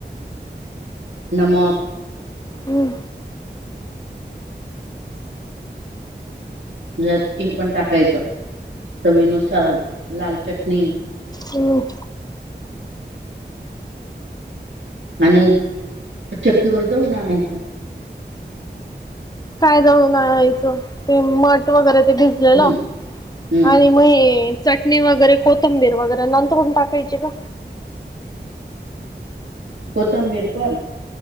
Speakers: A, on the right; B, on the left.
A: नमक
B: हम्म
A: जरा तेल पण टाकायचं. चवीनुसार लाल चटणी
B: हम्.
A: आणि चक्कीवर दळून आणायचं.
B: काय दळून आणायचं? ते मठ वगैरे ते भिजलेलं
A: हम्म हम्म
B: आणि मं हे चटणी वगैरे, कोथंबीर वगैरे नंतर हून टाकायची का?
A: कोथंबीर पण